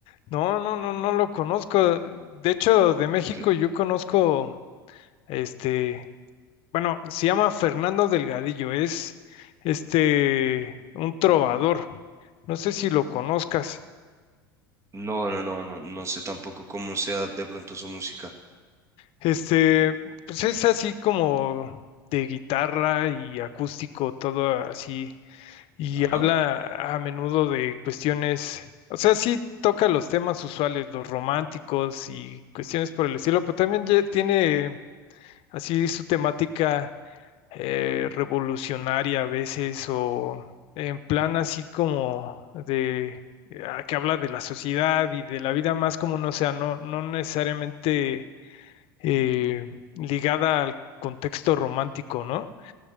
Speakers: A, on the left; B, on the right.
A: No, no, no, no lo conozco. De hecho, de México
B: Ok.
A: yo conozco, este, bueno, se llama Fernando Delgadillo, es este, un trovador. No sé si lo conozcas.
B: No, no, no, no, no sé tampoco cómo sea de pronto su música.
A: Este, pues es así como de guitarra y acústico, todo así, y
B: Ajá.
A: habla a menudo de cuestiones, o sea, sí toca los temas usuales, los románticos y cuestiones por el estilo, pero también ye- tiene Así su temática eh, revolucionaria a veces o en plan así como de eh, ah, que habla de la sociedad y de la vida más como no sea, no, no necesariamente eh, ligada al contexto romántico, ¿no?